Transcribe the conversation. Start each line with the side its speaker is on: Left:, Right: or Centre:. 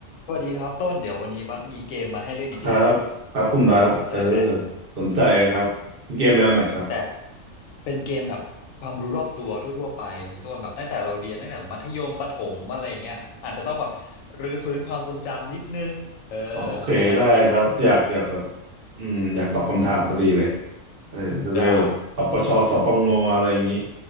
Left: สวัสดีครับต้นเดี๋ยววันนี้บัสมีเกมมาให้เล่นอีกแล้ว
Right: ครับครับคุณบาสเออ
Left: เออสนใจไหม
Right: สนใจครับเกมแนวไหนครับ
Left: แต่เป็นเกมแบบความรู้รอบตัวทั่วๆไปคุณต้นแบบตั้งแต่เราเรียนตั้งแต่มัธยมประถมอะไรอย่างเงี้ยอาจจะต้องแบบรื้อฟื้นความทรงจำนิดนึงเออ
Right: อ๋อโอเคได้ครับอยากอยากแบบ
Left: ดีไหมดีไหม
Right: อืมอยากตอบคำถามพอดีเลยเออจะได้แบบปปชสปงอะไรอย่างนี้
Left: ได้